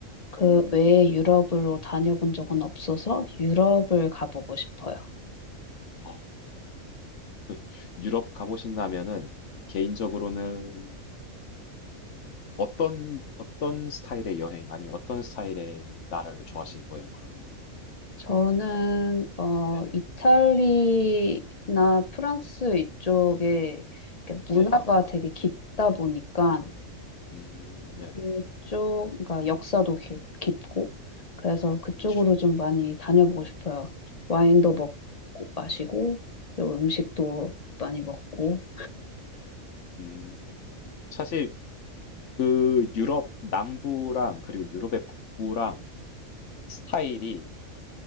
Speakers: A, on the left; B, on the left.
A: 그
B: 음,
A: 외에 유럽으로 다녀본 적은 없어서 유럽을 가보고 싶어요.
B: 어, 그 유럽 가보신다면은 개인적으로는 어떤, 어떤 스타일의 여행 아니면 어떤 스타일의 나라를 좋아하시는 거예요, 그러면은?
A: 저는 어
B: 네네.
A: 이탈리나 프랑스 이쪽에 이렇게
B: 네네.
A: 문화가 되게 깊다 보니까
B: 음, 네네.
A: 그쪽 그러니까 역사도 깊, 깊고 그래서 그쪽으로
B: 그쵸.
A: 좀 많이 다녀보고 싶어요. 와인도 먹고 마시고 그리고 음식도
B: 음,
A: 많이 먹고
B: 네네. 음, 사실 그 유럽 남부랑 그리고 유럽의 북부랑 스타일이